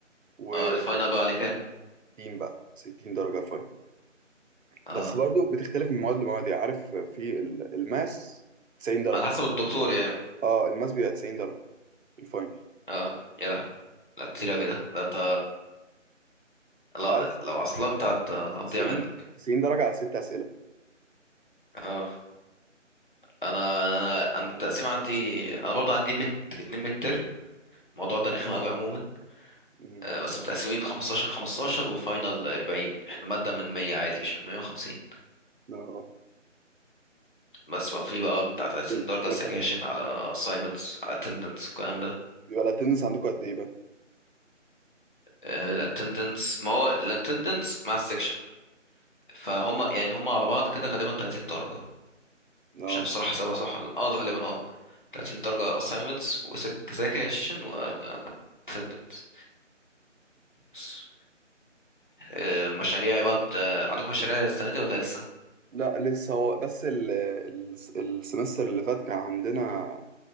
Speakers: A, on the right; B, on the left.
A: و60
B: اه الفاينل بقى عليه كام
A: بقى 60 درجة الفاينل
B: اه
A: بس برضو بتختلف من مواد لمواد يعني عارف في ال- الماس 90 درجة
B: على حسب الدكتور يعني
A: اه الماس بيبقى 90 درجة الفاينل
B: اه يا لا لا كتير اوي ده ده انت لو
A: عارف
B: لو عصلكت هت- هتضيع
A: 90
B: منك
A: 90 درجة على ست أسئلة
B: اه انا انا انا التقسيم عندي انا برضو عندي ميد اتنين ميد ترم الموضوع ده رخم قوي عموما
A: مم.
B: آه، بس متقسمين 15 15 وفاينل 40 احنا مادة من 100 عادي مش من 150
A: اه
B: بس بقى في بقى بتاع 30
A: وال-
B: درجة
A: وال-
B: سكاشن على assignments على attendance والكلام ده
A: بيبقى الاتندنس عندكم قد ايه بقى؟
B: آه، ال attendance ما هو ال attendance مع السكشن فهم يعني هم على بعض كده غالبا 30 درجة
A: اه
B: مش عارف الصراحة حسابها صح ولا لأ. اه غالبا اه 30 درجة assignments وسكاشن و attendance بس. آه، مشاريع بقى بت... آه، عندكم مشاريع السنة دي ولا لسه؟
A: لا لسه هو بس ال ال السمستر اللي فات كان عندنا